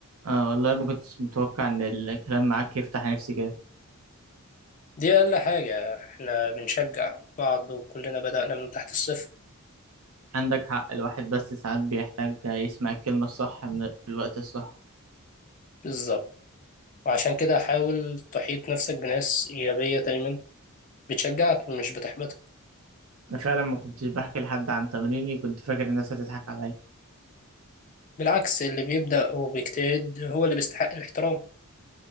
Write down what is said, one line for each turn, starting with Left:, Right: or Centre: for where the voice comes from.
Right: اه والله ما كنتش متوقع ان الكلام معاك يفتح نفسي كده
Left: دي أقل حاجة احنا بنشجع بعض وكلنا بدأنا من تحت الصفر
Right: عندك حق الواحد بس ساعات بيحتاج يسمع الكلمة الصح من في الوقت الصح
Left: بالظبط وعشان كده حاول تحيط نفسك بناس إيجابية دايما بتشجعك مش بتحبطك
Right: انا فعلا ما كنتش بحكي لحد عن تمريني كنت فاكر الناس هتضحك عليا
Left: بالعكس اللي بيبدأ وبيجتهد هو اللي بيستحق الاحترام